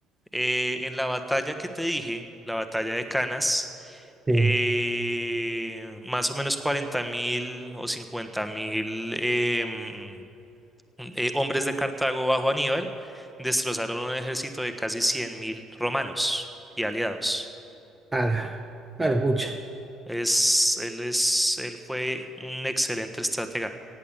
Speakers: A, in the centre; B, on the right (about 15°).
A: Eh, en la batalla que te dije, la batalla de Canas,
B: sí.
A: eh, más o menos 40 mil o 50 mil em, eh, hombres de Cartago bajo Aníbal destrozaron un ejército de casi 100.000 romanos y aliados.
B: A la, a la pucha.
A: Es, él, es, él fue un excelente estratega.